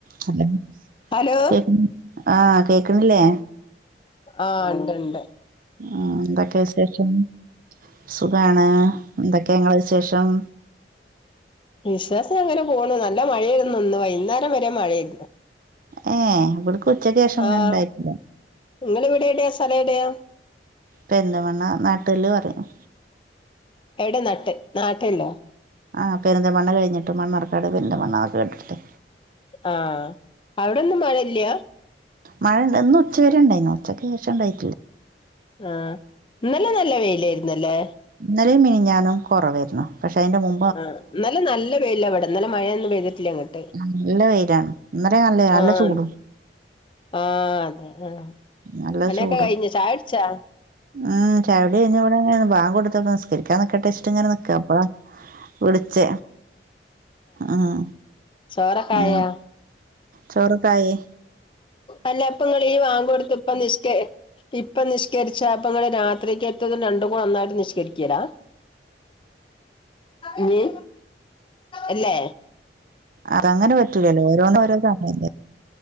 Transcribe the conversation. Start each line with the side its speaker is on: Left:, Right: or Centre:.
Right: Hello
Left: hello
Right: കേ ആഹ് കേക്ക്ണില്ലേ
Left: ആഹ് ഇണ്ട് ഇണ്ട്
Right: ഉം എന്തൊക്കെ വിശേഷം സുഖാണ് എന്തൊക്കെ നിങ്ങളെ വിശേഷം
Left: വിശേഷം അങ്ങനെ പോണ് നല്ല മഴയായിര്ന്ന് ഇന്ന് വൈകുന്നേരം വരെ മഴയായിരുന്ന്
Right: ഏഹ് ഇവിട്ക്ക് ഉച്ചയ്ക്ക് ശേഷം അങ്ങനെ
Left: ആഹ്
Right: ഇണ്ടായിട്ടില്ല.
Left: നിങ്ങള് ഇവിടെ എവിടെയാ സ്ഥലേടയാ
Right: പെരിന്തൽമണ്ണ നാട്ടെല്ല് പറയും
Left: ഏടെ നട്ട് നാട്ടെല്ലോ
Right: ആഹ് പെരിന്തൽമണ്ണ കഴിഞ്ഞിട്ട് മണ്ണാർക്കാട് പെരിന്തൽമണ്ണ അതൊക്കെ കേട്ടില്ലേ.
Left: ആഹ് അവിടൊന്നും മഴയില്ല
Right: മഴ ഇണ്ട് ഇന്ന് ഉച്ച വരെണ്ടായിരുന്നു ഉച്ചക്ക് ശേഷം ഉണ്ടായി
Left: ആഹ് ഇന്നലഞ നല്ല വെയിലായിരുന്ന്ല്ലേ.
Right: ഇന്നലേം മിനിഞ്ഞാന്നും കൊറവേര്ന്നു പഷെ അയിന്റെ മു
Left: ആഹ് ഇന്നലെ നല്ല വെയിലാ ഇവടെ ഇന്നലെ മഴയൊന്നും പെയ്ത്ട്ടില്ല ഇങ്ങട്.
Right: ഉം നല്ല വെയ്ലാണ് ഇന്നലെ നല്ലെ നല്ല
Left: ആഹ്
Right: ചൂടും
Left: ആഹ് അതെ ആഹ്
Right: നല്ല
Left: പണിയൊക്കെ
Right: ചൂടും
Left: കഴിഞ്ഞ് ചായുട്ച്ചോ?
Right: ഉം ചായുടി കഴിഞ്ഞ് ഇവടെങ്ങനെ ബാങ്ക് കൊടുത്തോക്കെ ന്നിസ്കരിക്കാൻ ന്നിക്കട്ടെച്ച്ങ്ങനെ ന്നിക്ക അപ്പളാ വ്ള്ച്ച ആഹ്
Left: ചോറൊക്കെ
Right: ആഹ്
Left: ആയോ
Right: ചോറൊക്കായേ
Left: അല്ലപ്പങ്ങളീ വാങ്കൊട്ത്ത്പ്പം നിസ്കെ ഇപ്പ ന്നിസ്കെര്ച്ച അപ്പങ്ങള് രാത്രിക്കെത്തതും രണ്ടും കൂടെ ഒന്നായ്ട്ട് നിസ്കരിക്കലാ ഇയ്യ് ഇല്ലേ
Right: അതങ്ങെനെ പറ്റുലല്ലോ ഓരോന്ന് ഒരോന്ന് അങ്ങനല്ലെ